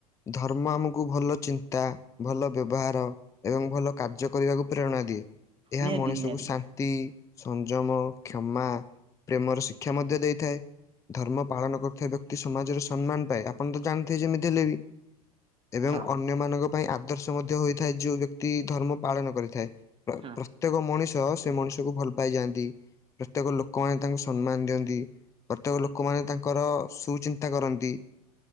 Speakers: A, on the left; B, on the right.
A: ଧର୍ମ ଆମକୁ ଭଲ ଚିନ୍ତା ଭଲ ବ୍ୟବହାର ଏବଂ ଭଲ କାର୍ଯ୍ୟ କରିବାକୁ ପ୍ରେରଣା ଦିଏ। ଏହା
B: ନିହାତି
A: ମଣିଷକୁ
B: ନିହାତି।
A: ଶାନ୍ତି ସଂଯମ କ୍ଷମା ପ୍ରେମର ଶିକ୍ ଶିକ୍ଷା ମଧ୍ୟ ଦେଇଥାଏ। ଧର୍ମ ପାଳନ କରୁଥିବା ବ୍ୟକ୍ତି ସମାଜରେ ସମ୍ମାନ ପାଏ ଆପଣ ତ ଜାଣିଥିବେ ଯେମିତି ହେଲେ ବି ଏବଂ
B: ହଁ
A: ଅନ୍ୟମାନଙ୍କ ପାଇଁ ଆଦର୍ଶ ମଧ୍ୟ ହୋଇଥାଏ ଯୋଉ ବ୍ୟକ୍ତି ଧର୍ମ ପାଳନ କରିଥାଏ। ପ୍ରତ୍ୟେକ
B: ହଁ
A: ମଣିଷ ସେ ମଣିଷକୁ ଭଲ ପାଇଯାଆନ୍ତି ପ୍ରତ୍ୟେକ ଲୋକମାନେ ତାଙ୍କୁ ସମ୍ମାନ ଦିଅନ୍ତି ପ୍ରତ୍ୟେକ ଲୋକମାନେ ତାଙ୍କର ସୁଚିନ୍ତା କରନ୍ତି।